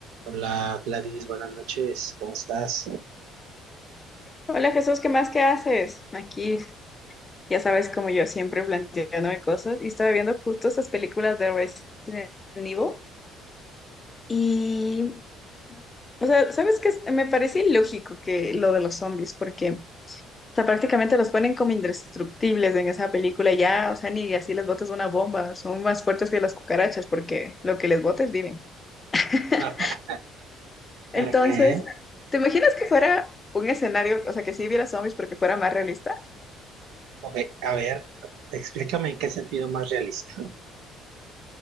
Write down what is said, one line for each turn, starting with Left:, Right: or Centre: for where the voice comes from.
Right: Hola Gladys, buenas noches, ¿cómo estás? <laughs>
Left: Hola Jesús, ¿qué más? ¿Qué haces? Aquí, ya sabes, como yo siempre planteándome cosas y estaba viendo justo estas películas de Resident Evil y, o sea, ¿sabes qué? Me parece ilógico que lo de los zombies porque, o sea, prácticamente los ponen como indestructibles en esa película y ya, o sea, ni así les botes una bomba, son más fuertes que las cucarachas porque lo que les botes viven. <laughs>
Right: Ah,
Left: Entonces,
Right: ajé.
Left: ¿te imaginas que fuera un escenario, o sea, que sí hubiera zombies, pero que fuera más realista?
Right: Ok, a ver, explícame en qué sentido más realista.